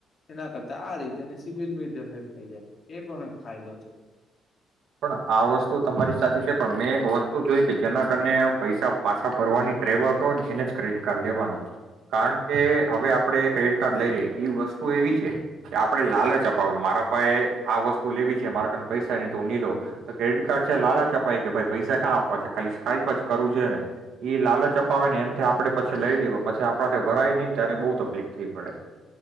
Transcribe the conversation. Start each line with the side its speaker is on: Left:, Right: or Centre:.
Left: એના કરતા આ રીતેને સબિલ બીલ જનરેટ થઈ જાય એ પણ એક ફાયદો છે.
Right: પણ આ વસ્તુ તમારી સાચી છે પણ મેં એક વસ્તુ જોય કે જેના કારને પૈસા પાછા ભરવાની ટ્રેવર્ હોય ને એને જ ક્રેડિટ કાર્ડ લેવાનું કારણ કે હવે આપડે ક્રેડિટ કાર્ડ લઈ ર એ વસ્તુ એવી છે કે આપડણે લાલચ અપાવી મારા પાાયે આ વસ્તુ લેવી છે મારા ું ની લો ક્રેડિટ કાર્ડ છે લાાલ ચપી કે ભાઈ પૈસા ક્યાં આપવા છે ખાલી કપ જ કરવું છે ને લાલચપાવે ને એમ આપે પછી લઈ લેવા પછી આપણા ભરાય નઈ ને ત્યારે બહુ તકલીફ થઈ પડે.